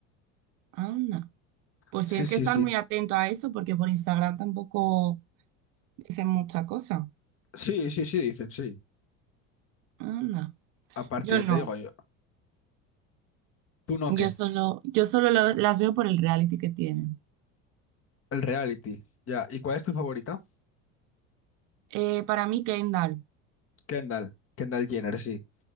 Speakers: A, on the right (about 55°); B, on the left (about 40°).
A: Anda. Pues
B: Sí,
A: tienes
B: sí,
A: que estar
B: sí.
A: muy atento a eso porque por Instagram tampoco dicen mucha cosa.
B: Sí, sí, sí, dicen, sí.
A: Anda.
B: Aparte,
A: Yo
B: ya
A: no.
B: te digo yo, tú no
A: Yo
B: qué,
A: solo, yo solo lo- las veo por el reality que tienen.
B: el reality. Ya, ¿y cuál es tu favorita?
A: Eh, para mí, Kendall.
B: Kendall, Kendall Jenner, sí.